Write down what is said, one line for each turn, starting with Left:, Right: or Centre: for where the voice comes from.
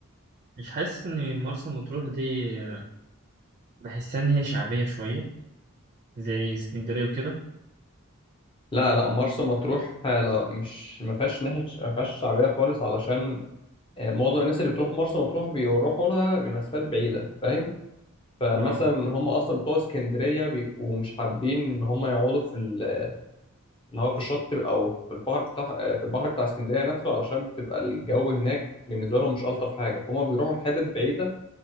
Right: مش حاسس ان مرسى مطروح دي آه، بحسها ان هي شعبية شوية زي اسكندرية وكده
Left: لا لا مرسى مطروح آه، لا مش ما فيهاش ناحية ما فيهاش شعبية خالص علشان آه، معظم الناس اللي بتروح مرسى مطروح بيروحوا لها من مسافات بعيدة فاهم فمثلا
Right: اه
Left: هم أصلا بتوع اسكندرية بيبقوا مش حابين إن هم يقعدوا في ال- اللي هو في الشط أو في البحر بتاع آه، في البحر بتاع اسكندرية نفسه علشان بتبقى الجو هناك بالنسبة لهم مش ألطف حاجة فهم بيروحوا لحتت بعيدة